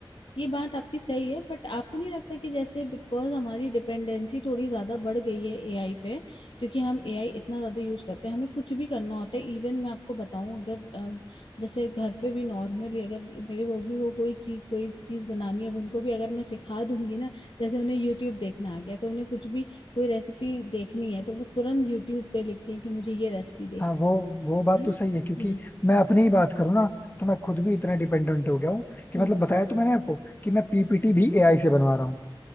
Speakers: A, on the left; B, on the left.
A: ये बात आपकी सही है बट आपको नहीं लगता कि जैसे बिकॉज हमारी डिपेंडेंसी थोड़ी ज्यादा बढ़ गई है एआई पे क्योंकि हम एआई इतना ज्यादा यूज करते हैं हमें कुछ भी करना होता है इवन मैं आपको बताऊं अगर अ, जैसे घर पे भी नॉर्मली अगर मेरे बॉबी को कोई चीज कोई चीज बनानी है अब उनको भी अगर मैं सिखा दूंगी ना जैसे उन्हें यूट्यूब देखना आ गया तो उन्हें कुछ भी कोई रेसिपी देखनी है तो वो तुरंत यूट्यूब पे लिखती है कि मुझे ये रेसिपी देखनी
B: हाँ वो वो बात
A: है
B: तो
A: ना
B: सही है क्योंकि
A: हम्म
B: मैं अपनी ही बात करूँ ना तो मैं खुद भी इतना डिपेंडेंट हो गया हूँ कि
A: हम्म
B: मतलब बताया तो मैंने आपको कि मैं पीपीटी भी एआई से बनवा रहा हूँ